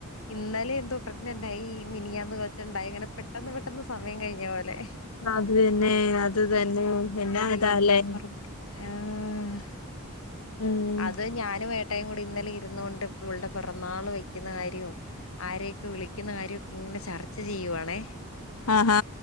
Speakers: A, on the left; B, on the left.
A: ഇന്നലെ എന്തോ പ്രഗ്നന്റായി ഈ മിനിയാന്ന് കൊച്ചോണ്ടായ് അങ്ങന പെട്ടന്ന് പെട്ട പെട്ടന്ന് സമയം കയ്ഞ്ഞ പോലെ
B: അത് തന്നെ അത് തന്നെ
A: ഇപ്പതീ
B: എന്നാ ഇതാല്ലേ
A: ഒന്നാം പെറന്നാള് ഹാഹ്
B: ഉം
A: അത് ഞാനും ഏട്ടായ് കുടി ഇന്നലെ ഇരുന്നോണ്ട് ഇപ്പ ഇവൾടെ പെറന്നാൾ കഴിക്കുന്ന കാര്യവും ആരെക്ക വിളിക്കുന്ന കാര്യോക്ക്ങ്ങനെ ചർച്ച ചെയ്യുവാണെ
B: ആഹാ